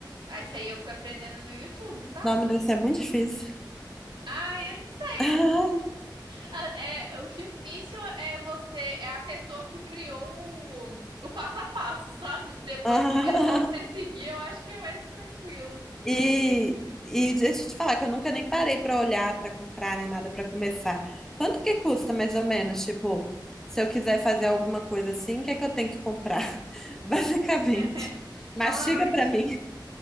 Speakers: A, on the right; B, in the centre.
A: Aí isso aí eu fui aprendendo no YouTube, sabe?
B: nome desse é muito difícil.
A: Ah, eu não sei.
B: <laughs>
A: Ah, É, o difícil é você, é a pessoa que criou o, o passo a passo, sabe? Depois
B: Ah,
A: eu vou seguir, eu acho que é mais tranquilo.
B: E, e deixa eu te falar que eu nunca nem parei pra olhar, pra comprar, nem nada pra começar. Quanto que custa mais ou menos? Tipo, se eu quiser fazer alguma coisa assim, o que é que eu tenho que comprar? <laughs> Basicamente.
A: <laughs> Normalmente.
B: Mastiga pra mim.